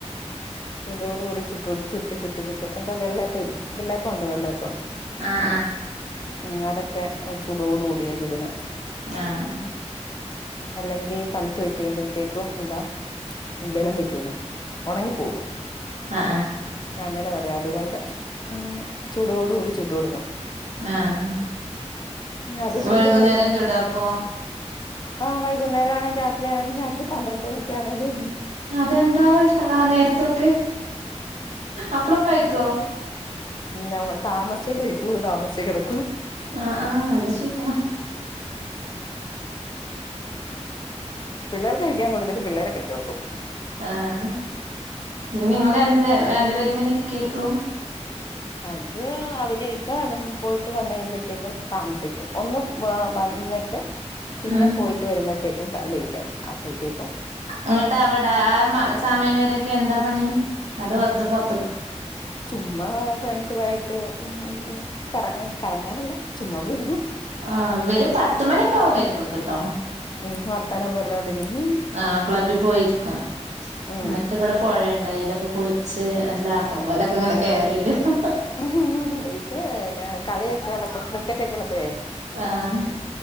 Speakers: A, on the left (about 35°); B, on the right (about 80°).
A: ചൂടോടുകൂടി ചുട്ടോണ്ട് ചുട്ട് ചുട്ട് ചുട്ട് എന്താ വെള്ളെപ്പല്ലെ വെള്ളെ പംണ്ട് വെള്ളപ്പം
B: ആഹ ആഹ
A: ഉ അതൊക്കെ ചൂടോട കൂടിയാ ചൂട്ന്ന്
B: ആഹ
A: അല്ലെങ്കിൽ തണുത്തോയ് കഴിയുമ്പോഴത്തേക്കും എന്താ ബലം വെക്കുന്നു ഉണങ്ങിപ്പോന്നു
B: ആഹ്
A: അങ്ങനെ പറയാ അതുകൊണ്ട് ഉ ചൂടോട് കൂടി ചുട് കൊടുക്കും
B: ആഹ
A: അത് ശീലമായി
B: വൈകുന്നേരം ചൂടാപ്പ
A: ആഹ് വൈകുന്നേരം ആണേങ്കില രാത്രി ആണേലും രാത്രി പന്ത്രണ്ട് മണിക്കക്ക്ണെങ്കലും
B: അതെന്താ നേരത്തൊക്കെ അപ്പളൊക്കെ കഴിക്കോ
A: നമ്മൾ താമസയേ കഴിക്കുള്ളൂ താമസെ കിടക്ക
B: ആഹ ആഹ് നല്ല ശീല
A: പിള്ളേർക്ക് കഴിക്കാൻ കൊടുത്തിട്ട് പിള്ളേരെ കെടുത്തർത്തു
B: ആഹ ങ്ങള് വേണ്ട വേണ്ട പേരെങ്ങനെ കേൾക്കോ
A: അത് അവരേക്കാന്ന് പോയിട്ട് വന്ന് കഴിയുമ്പഴത്തേക്കും താമസിക്കും ഒന്ന് വാ വന്നി ട്ട് പിന്നെ
B: ഉം
A: പോയിട്ട് വരുമ്പഴത്തേ ക്കും ലേറ്റ് ആകും അപ്പഴത്തേ
B: അങ്ങട്ട് അവിടെ ആ മ സമയം വരേക്കെ എന്താ പണി അതോ വെർ തെപൊർ
A: ചുമ്മാ ഫ്രണ്ട്സുവായിട്ട് ഉം ഹു ഉ കറങ്ങാൻ കറങ്ങാനല്ല ചുമ്മാ പോയിരിക്കും
B: ആ വരും പത്തുമണീക്ക ആവും വരുമ്പ കെട്ടോ
A: ഉം വർത്താനം പറഞ്ഞോണ്ടിരിക്കും
B: ആ ക്ലബ്ബി പോയിരിക്കും
A: ഉം
B: എന്നിട്ട് ഇവിടെ പൊഴേണ്ട് അതിലൊക്കെ കുളിച്ച് <unintelligible> ല്ലാക്കുമ്പോലക്കെ ഇങ്ങനെ കയറിവരും എഹ.
A: ഉ ഇത് കളിയക്കാല പക്ക കെറ്റക്കെല്ലപ്പഴേ
B: ആഹ്.